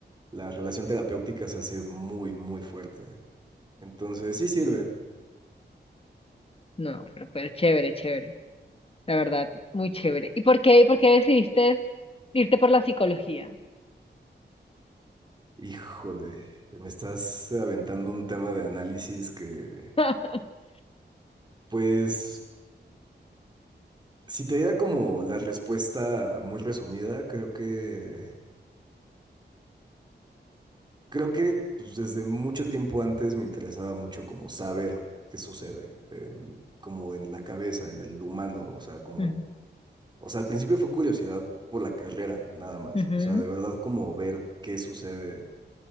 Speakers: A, on the right; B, on the left.
A: la relación terapéutica se hace muy, muy fuerte. Entonces, sí sirve.
B: No, pero, pero chévere, chévere. La verdad, muy chévere. ¿Y por qué, por qué decidiste irte por la psicología?
A: Híjole, me estás aventando un tema de análisis que,
B: <laughs>
A: pues, si te diera como la respuesta muy resumida, creo que Creo que pues, desde mucho tiempo antes me interesaba mucho como saber qué sucede, en- como en la cabeza, en el humano, o sea, como,
B: Ujú,
A: o sea, al principio fue curiosidad por la carrera, nada más,
B: ujú,
A: o sea, de verdad como ver qué sucede.